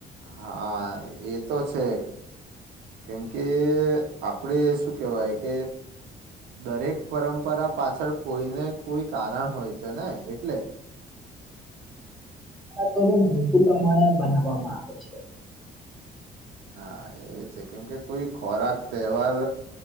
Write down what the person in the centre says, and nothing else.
તો ને ઋતુ પ્રમાણે બનાવવામાં આવે છે.